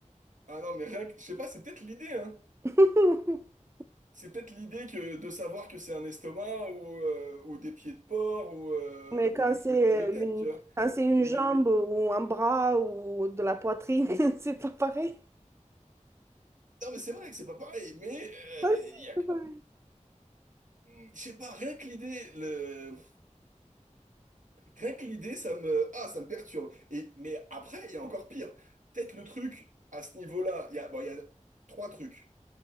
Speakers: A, on the right; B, on the right.
A: Ah non, mais rien que... Je sais pas, c'est peut-être l'idée, hein.
B: <laughs>
A: C'est peut-être l'idée que de savoir que c'est un estomac ou, euh, ou des pieds de porc ou, euh,
B: Mais quand
A: ou du
B: c'est
A: fromage de tête,
B: une,
A: tu vois.
B: quand c'est une
A: Mais...
B: jambe ou un bras ou de la poitrine, <laughs> c'est pas pareil.
A: Non, mais c'est vrai que c'est pas pareil, mais euh,
B: Ah, si,
A: il y a
B: c'est
A: quand
B: pareil.
A: même- Je sais pas, rien que l'idée, le... rien que l'idée, ça me... Ah, ça me perturbe. Et... Mais après, il y a encore pire. Peut-être le truc, à ce niveau-là, il y a... Bon, il y a trois trucs.